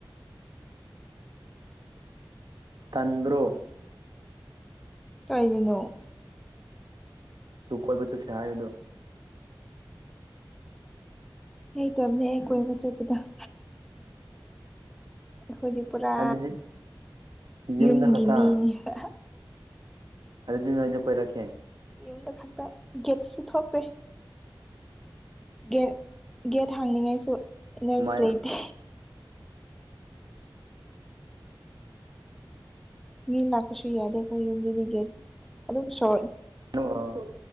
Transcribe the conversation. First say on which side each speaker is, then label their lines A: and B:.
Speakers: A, on the right (about 60°); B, in the centre.
A: ꯇꯟꯕ꯭ꯔꯣ
B: ꯀꯩꯒꯤꯅꯣ
A: ꯗꯨꯨ ꯀꯣꯏꯕ ꯆꯠꯁꯦ ꯍꯥꯏꯕꯗꯣ
B: ꯍꯩꯇꯕꯅꯦ ꯑꯩ ꯀꯣꯏꯕ ꯆꯠꯄꯗ‌ꯣ ꯑꯩꯈꯣꯏꯗꯤ ꯄꯨꯔꯥ
A: ꯑꯗꯨꯗꯤ ꯌꯨꯝꯗ
B: ꯌꯨꯝꯒꯤ
A: ꯈꯛꯇ
B: ꯃꯤꯅꯤꯕ
A: ꯑꯗꯨꯗꯤ ꯅ‌ꯣꯏꯗ ꯀꯣꯏꯔꯛꯀꯦ
B: ꯌꯨꯝꯗ ꯈꯛꯇ ꯒ‌ꯦꯠꯁꯨ ꯊ‌ꯣꯛꯇꯦ ꯒꯦꯠ ꯒꯦꯠ ꯍꯥꯡꯅꯤꯡꯉꯥꯏꯁꯨ ꯏꯅꯔꯖꯤ
A: ꯀꯃꯥꯏꯅ
B: ꯂꯩꯇꯦ ꯃꯤ ꯂꯥꯛꯄꯁꯨ ꯌꯥꯗꯦ ꯑꯩꯈꯣꯏ ꯌꯨꯝꯗꯨꯗꯤ ꯒꯦꯠ ꯑꯗꯨꯝ ꯁ‌ꯣꯏ
A: ꯑꯗ‌ꯣ